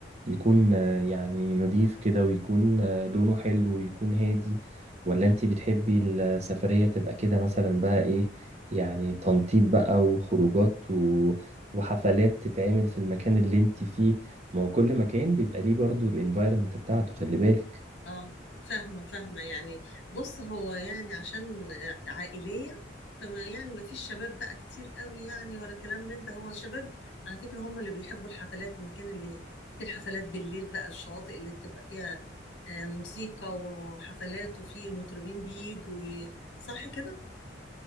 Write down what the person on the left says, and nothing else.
اه فاهمة فاهمة يعني بص هو يعني عشان عائلية فما يعني ما فيش شباب بقى كتير قوي يعني ولا كلام من ده هو الشباب على فكرة هم اللي بيحبوا الحفلات المكان اللي فيه الحفلات بالليل بقى الشواطئ اللي بتبقى فيها آه، موسيقى وحفلات وفي مطربين بيجوا ي- صح كده؟